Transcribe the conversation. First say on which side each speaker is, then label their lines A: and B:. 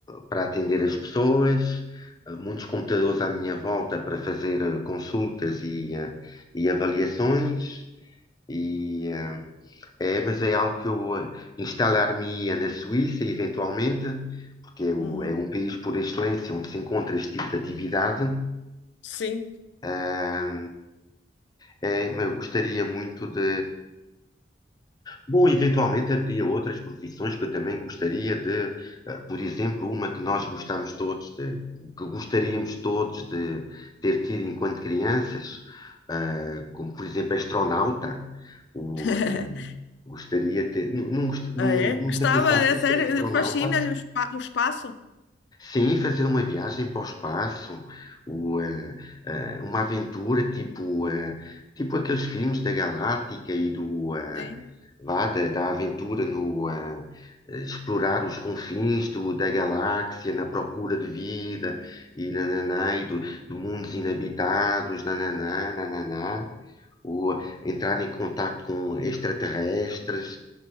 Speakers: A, on the left (about 20°); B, on the left (about 75°).
A: para atender as pessoas, eh, muitos computadores à minha volta para fazer eh, consultas e, eh, e avaliações, e, eh, é, mas é algo que eu eh, instalar-me-ia na Suíça, eventualmente, porque é, o-
B: Uhum.
A: é um país por excelência onde se encontra este tipo de atividade.
B: Sim.
A: eh, É, eu gostaria muito de. Bom, eventualmente haveria outras profissões que eu também gostaria de, eh, por exemplo, uma que nós gostamos
B: Ok.
A: todos de, que gostaríamos todos de ter tido enquanto crianças, ah, como por exemplo astronauta. O,
B: <laughs>
A: eh, gostaria de ter. nu- nu- gost- nu-
B: Ah, é?
A: nunca
B: Gostava,
A: pensaste
B: é
A: em
B: sério,
A: ser astronauta?
B: fascina-lhe o, espa- o espaço.
A: Sim, fazer uma viagem para o espaço, o, eh, eh, uma aventura tipo, eh, tipo aqueles filmes da Galáctica e do, eh,
B: Sim.
A: vá, da, da aventura no eh, eh, explorar os confins do, da galáxia na procura de vida e nananá, e do, de mundos inabitados, nananá, nananá, ou entrar em contato com extraterrestres.